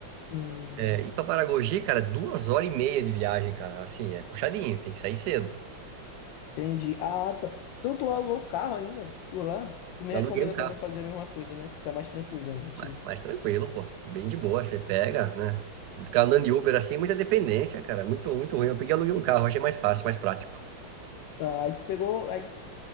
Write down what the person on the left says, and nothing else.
Hum,
entendi. Ah, tá. Então tu alugou o carro ainda por lá? Tu me
recomenda
também fazer a mesma coisa, né? Ficar mais tranquilo, né? Te-
Tá, aí tu pegou. aí?